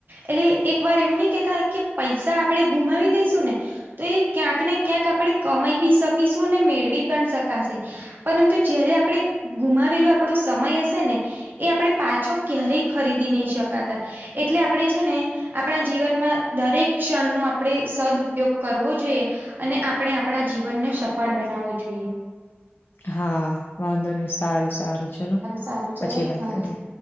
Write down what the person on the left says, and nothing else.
હા, વાંધો નહીં, સારું- સારું ચલો
પછી વાત
કરીએ.